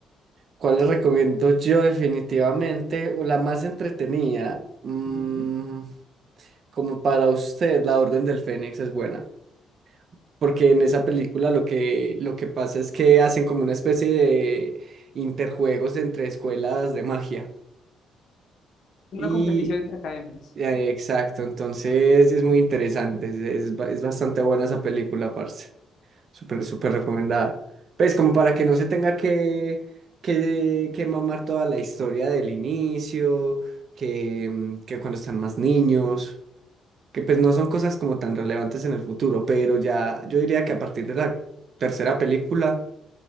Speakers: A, on the right; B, on the left.
A: ¿Cuál les recomiendo yo definitivamente? O la más entretenida. mm,
B: Ujú,
A: como para usted, La Orden del Fénix es buena. Porque en esa película lo que, lo que pasa es que hacen como una especie de interjuegos entre escuelas de magia.
B: Una
A: Y
B: competición entre academias.
A: eh, exacto, entonces es muy interesante. Es, es ba- es bastante buena esa película, parce. Súper, súper recomendada. Pues como para que no se tenga que, que, que mamar toda la historia del inicio, que, mm, que cuando están más niños, que pues no son cosas como tan relevantes en el futuro, pero ya yo diría que a partir de la tercera película,